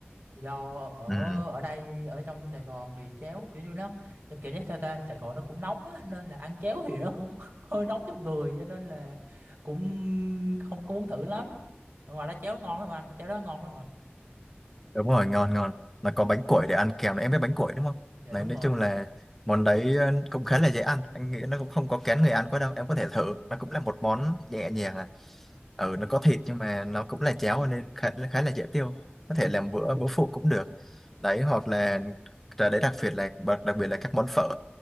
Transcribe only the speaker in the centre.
ừ.
Đúng rồi, ngon ngon. Là có bánh củi để ăn kèm, em biết bánh củi đúng không?
Đấy,
nói
chung là món đấy ờ, cũng khá là dễ ăn. Anh nghĩ nó cũng không có kén người ăn quá đâu. Em có thể thử. Nó cũng là một món nhẹ nhàng à. Ừ, nó có thịt nhưng mà nó cũng là cháo nên khá, khá là dễ tiêu. Có
thể làm bữa bữa phụ cũng được. Đấy, hoặc là rồi đấy đặc biệt là bật- đặc biệt là các món phở.